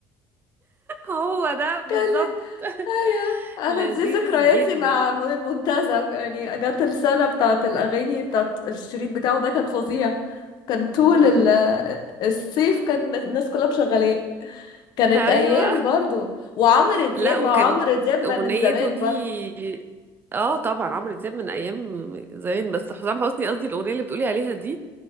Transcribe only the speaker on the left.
كل
ايوه انا
دي ذكرياتي
مع م- المنتزه يعني جت السنه بتاعت الاغاني بتاعت الشريط بتاعه ده كان فظيع كان طول
ال- الصيف كان الناس كلها مشغلاه كانت
ايام برضو وعمرو دياب
ما هو عمرو دياب ما
من زمان
برضو